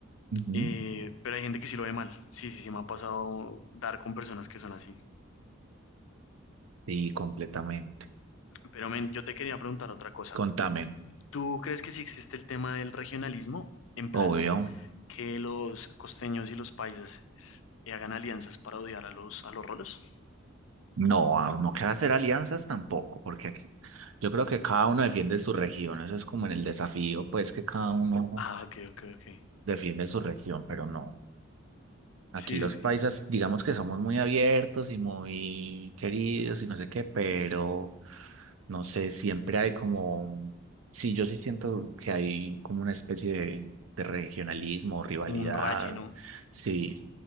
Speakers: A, on the right; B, on the left.
A: ujú,
B: Eh, pero hay gente que sí lo ve mal. Sí, sí, sí, me ha pasado dar con personas que son así.
A: sí, completamente.
B: Pero men, yo te quería preguntar otra cosa.
A: Contame,
B: ¿Tú crees que sí existe el tema del regionalismo? En plan,
A: obvio.
B: que los costeños y los paisas s- eh, hagan alianzas para odiar a los, a los rolos.
A: No, a- no queda hacer alianzas tampoco, porque aquí, yo creo que cada uno defiende su región, eso es como en el desafío, pues que cada uno
B: Ah, ok, ok, ok.
A: defiende su región, pero no.
B: Sí,
A: Aquí
B: sí,
A: los
B: sí.
A: paisas, digamos que somos muy abiertos y muy queridos y no sé qué, pero no sé, siempre hay como, sí, yo sí siento que hay como una especie de, de regionalismo, rivalidad,
B: Como un raye, ¿no?
A: sí,